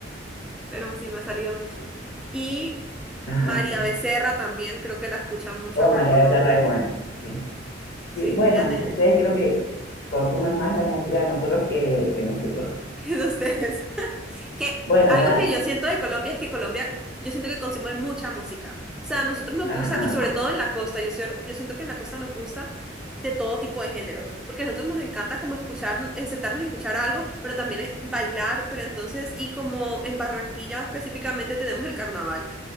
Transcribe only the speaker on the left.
Ajá,
sí.
Oh,
María
Becerra es buena, sí.
Sí, bueno,
ustedes
creo que
consumen más la música de nosotros que, que nosotros.
Bueno,
nada.
Ajá.